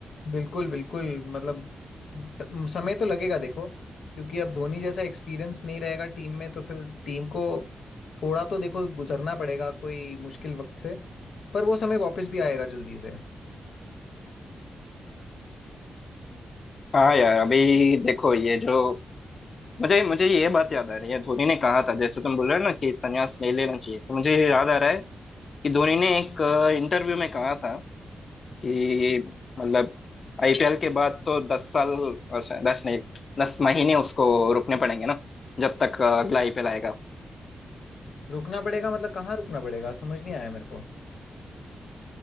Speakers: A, on the left; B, on the left.
A: बिल्कुल बिल्कुल मतलब ट- समय तो लगेगा देखो क्योंकि अब धोनी जैसा एक्सपीरियंस नहीं रहेगा टीम में तो फिर टीम को थोड़ा तो देखो गुजरना पड़ेगा कोई मुश्किल वक्त से पर वो समय वापस भी आएगा जल्दी से
B: हाँ यार अभी देखो ये जो मुझे मुझे ये बात याद आ रही है धोनी ने कहा था जैसे तुम बोल रहे हो ना कि संन्यास नहीं लेना चाहिए तो मुझे ये याद आ रहा है कि धोनी ने एक इंटरव्यू में कहा था कि मतलब आईपीएल के बाद तो दस साल और शायद- दस नहीं दस महीने उसको रुकने पड़ेंगे ना जब तक अ, अगला आईपीएल आएगा
A: रुकना पड़ेगा मतलब कहाँ रुकना पड़ेगा समझ नहीं आया मेरे को